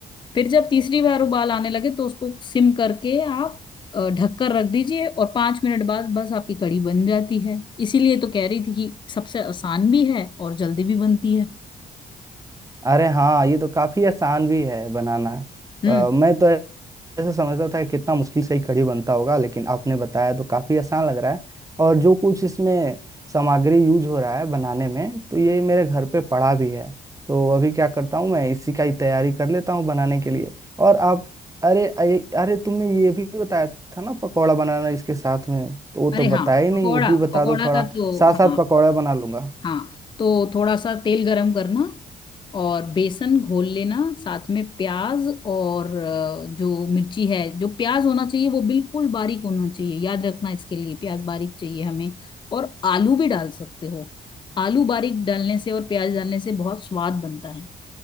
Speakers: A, on the left; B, on the right.
A: फिर जब तीसरी बार उबाल आने लगे तो उसको सिम करके आप अ, ढककर रख दीजिए और पांच मिनट बाद बस आपकी कढ़ी बन जाती है इसीलिए तो कह रही थी कि सबसे आसान भी है और जल्दी भी बनती है
B: अरे हाँ ये तो काफी आसान भी है बनाना
A: हम्म
B: अ, मैं तो ऐसे समझता था कि कितना मुश्किल से ही कढ़ी बनता होगा लेकिन आपने बताया तो काफी आसान लग रहा है और जो कुछ इसमें सामग्री यूज हो रहा है बनाने में तो ये मेरे घर पे पड़ा भी है तो अभी क्या करता हूँ मैं इसी का ही तैयारी कर लेता हूँ बनाने के लिए और आप अरे अरे अरे तुमने ये भी बताया था ना पकौड़ा बनाना इसके साथ में तो वो तो
A: अरे
B: बताया
A: हाँ
B: ही नहीं
A: पकोड़ा
B: वो भी बता
A: पकोड़ा
B: दो थोड़ा
A: का तो
B: साथ
A: हाँ
B: साथ पकौड़ा बना लूंगा
A: हाँ तो थोड़ा सा तेल गरम करना और बेसन घोल लेना साथ में प्याज और अ, जो मिर्ची है जो प्याज होना चाहिए वो बिल्कुल बारीक होना चाहिए याद रखना इसके लिए प्याज बारीक चाहिए हमें और आलू भी डाल सकते हो आलू बारीक डालने से और प्याज डालने से बहुत स्वाद बनता है